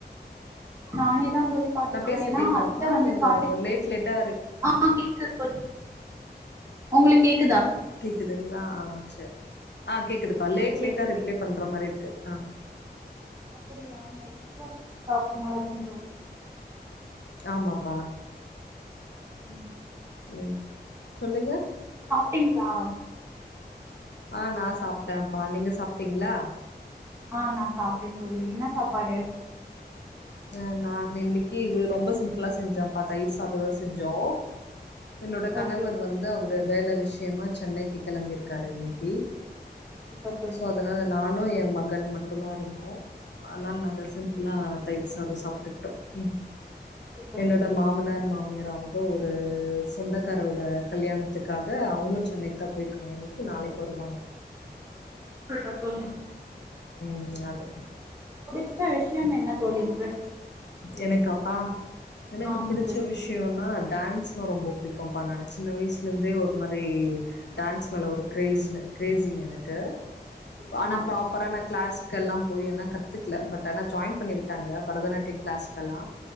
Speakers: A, on the right; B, on the left.
A: நானேதான் தோழி பாத்துக்குவே
B: நா பேசுறது
A: ஏனா
B: கேக்குதாப்பா
A: அத்த வந்து
B: நீங்க
A: காட்டுக்
B: லேட் லேட்டா
A: ஆஹ் கேக்குது தோழி உங்களுக்கு கே
B: கேக்குதுங்களா ஆஹ் சரி ஆஹ் கேக்குது பா லேட்
A: கேக்குது
B: லேட்டா ரிப்ளே பண்ற மாரி இருக்கு ஆஹ்
A: அப்படியா நெட்வொர்க் ப்ராபளமா இருக்கு தோழி
B: ஆமாப்பா
A: உம்
B: ம் சொல்லுங்க
A: டிங்களா
B: ஆஹ் நா சாப் டேம்பா நீங்க சாப்ட்டீங்களா
A: ஆ நா சாப்ட்டேன் தோழி என்ன சாப்பாடு
B: ஆ நா இன்னிக்கி ரொம்ப சி ம்பிளா செஞ்சம்பா தயிர் சாத தா செஞ்சோ என்னோட கணவர்
A: ஓகே தோழி
B: வந்து அவரு வேல விஷயமா சென்னைக்கு கிளம்பிரு காரு இன்னிக்கு
A: சூப்பர் தோழி
B: சோ அதனால நா னு எ மகன் மட் டுதா இருந்தோ அதனால நாங்க சிம் ப்ளா தயிர் சாதோ சாப்ட்டுட்டோ ம்
A: சூப்பர்
B: என்னோட
A: தோழி
B: மாமனார் மாமியார் அவுங்க ஒரு சொந்தக்காரோட கல்யாணத்துக்காக அவங்களு சென்னைக்குதா போயிருக்காங்க இன்னைக்கு நாளைக்கு வருவாங்க
A: சூப்பர் தோழி
B: உம் அது
A: புடிச்ச விஷ்யம் என்ன தோழி இருக்கு
B: எனக்காப்பா எனக்கு
A: ஆமா
B: பிடிச்ச
A: தோழி
B: விஷ்யோனா அத் டான்ஸ்னா ரொம்ப புடிக்கும்ப்பா நானு சின்ன வயசு லருந்தே ஒரு மாரி டான்ஸ் மேல ஒரு க்ரேஸ்னு க்ரேஸிங் எனக்கு ப்
A: ஆமா
B: ஆனா ப்ராப்பரா நா க்ளாஸ் கல்லா போய் எல்லா கத்துக்ல பட் ஏனா ஜாயின் பண்ணி விட்டாங்க பரதநாட்டியம் க்ளாஸ்க்கலா